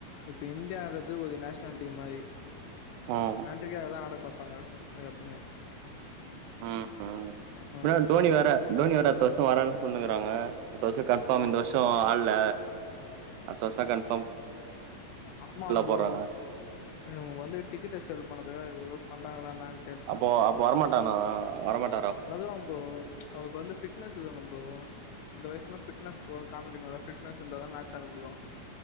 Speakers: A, on the left; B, on the right.
A: இப்ப இந்தியா ஆடுறது ஒரு நேஷனல் டீம் மாரி
B: ம்
A: கன்ட்ரிகாகதா ஆட பாப்பாங்க சோ எப்பமே
B: ம் ம்
A: ஆ
B: பின்னால டோனி வேற டோனி வேற அடுத்த வருஷ வரானு சொல்னுகிறாங்க அட்த்த வருஷ கன்பாஃம்
A: ஆ
B: இந்த வருஷ ஆல்ல அட்த்த வருஷ கன்
A: ஆமாம் ப்ரோ
B: போடுறாங்க
A: இவங்க வந்து டிக்கெட்ட சேல் பண்றதுக்காக ஏதேதோ பண்றாங்களா என்னன்
B: அப்போ அப்ப வரமாட்டானா வரமாட்
A: வருவாம் ப்ரோ அதுக்கு வந்து ஃபிட்னஸ் வேணும் ப்ரோ இந்த வயசுல ஃபிட்னஸ்கு காமிக்கணுல ஃபிட்னஸ் இருந்தா தா மேட்ச் ஆட முடியு